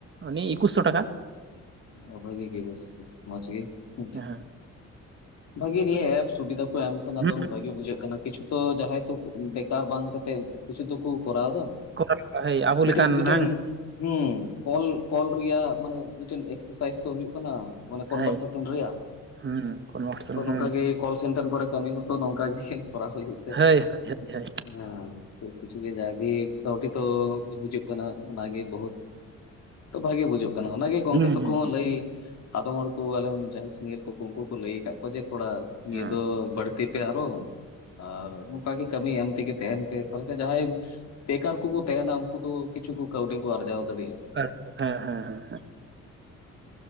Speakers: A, on the right (about 40°); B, on the left (about 60°).
A: ᱟ. ᱱᱤ ᱤᱠᱩᱥᱥᱚ ᱴᱟᱠᱟᱼᱼ
B: ᱟ ᱵᱷᱟ. ᱜᱮ ᱜᱮ ᱵᱮᱥ ᱵᱮᱥ ᱢᱚᱡᱽ ᱜᱮ ᱾
A: ᱦᱮᱸ
B: ᱵᱷᱟ. ᱜᱮ ᱱᱤᱭᱟᱹ ᱮᱯ ᱥᱩᱵᱤᱫᱷᱟ ᱠᱚ ᱮᱢ ᱟᱠᱟᱱᱟ
A: ᱦᱩᱸ
B: ᱫᱚᱢᱮ ᱵᱷᱟ. ᱜᱤ ᱵᱩᱡᱷᱟᱹᱜ ᱠᱟᱱᱟ ᱠᱤᱪᱷᱩ ᱾ ᱛᱚ ᱡᱟᱦᱟᱸᱭ ᱛᱚ, ᱵᱮᱠᱟᱨ ᱵᱟᱝ ᱠᱟᱛᱮᱜ ᱠᱤᱪᱷᱩ ᱫᱚᱠᱚ ᱠᱚᱨᱟᱣ ᱮᱫᱟ
A: ᱠᱚᱨᱟᱣ
B: ᱾
A: ᱠᱚ ᱦᱳᱭ ᱟᱵᱚ
B: ᱢᱤᱫᱴᱮᱱ
A: ᱞᱮᱠᱟᱱ
B: ᱢᱤᱫᱴᱮᱱ
A: ᱦᱟᱝ
B: ᱦᱩᱸ ᱠᱚᱞ, ᱠᱚᱞ ᱨᱮᱭᱟᱜ ᱢᱟᱱᱮᱼᱼ ᱢᱤᱫᱴᱮᱱ ᱮᱠᱥᱥᱟᱭᱤᱡᱽ ᱛᱚ ᱦᱩᱭᱩᱜ ᱠᱟᱱᱟᱮ ᱠᱚᱱᱵᱷᱟᱨᱥᱮᱥᱚᱱ
A: ᱦᱳᱭ
B: ᱨᱮᱭᱟᱜ
A: ᱦᱩᱸ ᱠᱳᱱᱳ ᱦᱚᱲ
B: ᱛᱚ ᱱᱚᱝᱠᱟᱜᱮᱼᱼ
A: ᱦᱩᱸ
B: ᱠᱚᱞ ᱥᱮᱱᱴᱟᱨ ᱠᱚᱨᱮ ᱠᱟᱹᱢᱤ ᱦᱚᱸᱛᱚ ᱱᱚᱝᱠᱟ ᱜᱮ ᱠᱚᱨᱟᱣ ᱦᱩᱭᱩᱜ ᱾
A: ᱦᱟ. ᱭ, ᱦᱟ. ᱟ. ᱭᱼᱼ
B: ᱦᱮᱸ ᱠᱤᱪᱷᱩ ᱜᱮ ᱡᱟᱜᱮ ᱠᱟᱹᱣᱰᱤ ᱛᱚ ᱦᱤᱡᱩᱜ ᱠᱟᱱᱟ ᱚᱱᱟᱜᱮ ᱵᱟ. ᱦᱩᱛᱼᱼ ᱛᱚ ᱵᱷᱟ. ᱜᱮ ᱵᱩᱡᱩᱜ ᱠᱟᱱᱟ ᱚᱱᱟᱜᱮ ᱜᱚᱝᱠᱮ
A: ᱦᱩᱸ
B: ᱛᱟᱠᱚ
A: ᱦᱩᱸ
B: ᱦᱚᱸᱼᱼ
A: ᱦᱩᱸ
B: ᱠᱟ. ᱭ ᱟᱫᱚᱢ ᱦᱚᱲ ᱠᱚ ᱟᱞᱮ ᱨᱮᱱ ᱡᱟᱦᱟᱸᱭ ᱥᱤᱱᱤᱭᱟᱨ ᱠᱚᱠᱚ ᱩᱱᱠᱩ ᱦᱚᱸᱠᱚ ᱞᱟᱹᱭ ᱟᱠᱟᱫ ᱠᱚᱣᱟ ᱾ ᱠᱚ ᱡᱮ ᱛᱷᱚᱲᱟ ᱱᱤᱭᱟᱹ
A: ᱦᱮᱸ
B: ᱫᱚ ᱵᱟ. ᱲᱛᱤ ᱯᱮ ᱟᱨᱚ ᱾ ᱟᱨ ᱱᱝᱠᱟ ᱜᱮ ᱠᱟᱹᱢᱤ ᱮᱢ ᱛᱮᱜᱮ ᱛᱟᱦᱮᱱ ᱯᱮ ᱛᱟᱦᱚᱞᱮ ᱠᱷᱟᱷ ᱡᱟᱦᱟᱸᱭᱼᱼ ᱯᱮᱠᱟᱨ ᱠᱚᱠᱚ ᱛᱟᱦᱮᱱᱟ ᱩᱱᱠᱩ ᱫᱚ ᱠᱤᱪᱷᱩ ᱠᱚ ᱠᱟᱹᱣᱰᱤ ᱠᱚ ᱟᱨᱡᱟᱣ ᱫᱟᱲᱮᱭᱟᱜᱼᱟ ᱾
A: ᱦᱮᱸᱻᱦᱮᱸᱻᱦᱮᱸᱻᱦᱮᱸ ᱾